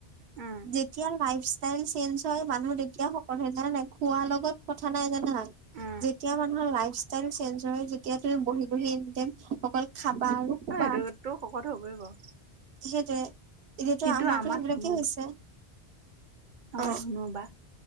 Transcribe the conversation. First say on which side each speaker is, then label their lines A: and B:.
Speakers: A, on the right; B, on the right.
A: অ
B: যেতিয়া লাইফ ষ্টাইল চেঞ্জ হয় মানুহ তেতিয়া শকত হয় জান নাই খোৱাৰ লগত কথা নাই জানা
A: অ অ
B: যেতিয়া মানুহৰ লাইফ ষ্টাইল চেঞ্জ হয় যে বহি বহি এনিটাইম অকল খাবা আৰু শুবা
A: অহ সেইটো শকত হ'বই বাৰু
B: সেইটোৱে এতিয়াতো
A: কিন্তু
B: আমাৰতো
A: আমাৰ
B: সেইবিলাকেই
A: ধুনু
B: হৈছে।
A: আমাৰ
B: অ
A: ধনু বা